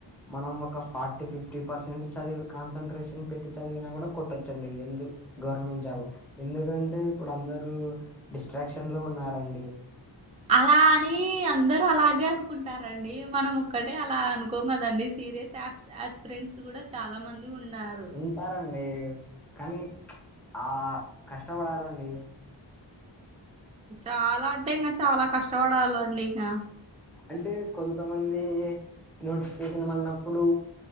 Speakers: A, in the centre; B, on the right.
A: మనం ఒక ఫార్టీ ఫిఫ్టీ పర్సెంట్ చది కాన్సన్ట్రేషన్ పెట్టి చదివినా కూడా కొట్టొచ్చండి ఎందు గవర్నమెంట్ జాబు ఎందుకంటే ఇప్పుడు అందరూ డిస్ట్రాక్షన్ లో ఉన్నారండి
B: అలా అని కి అందరు అలాగే అనుకుంటారండి మనం ఒక్కటే అలా అనుకోం కదండి సీరియస్ యాప్స్ కి యాస్ ఫ్రెండ్స్ కూడా చాలా మంది ఉన్నారు
A: ఉంటారండి కానీ ప్చ్ ఆ కష్టపడాలండి
B: చాలా అంటే ఇంకా చాలా కష్టపడాలండి ఇంకా
A: అంటే కొంతమంది నోటిఫికేషన్ అన్నప్పుడు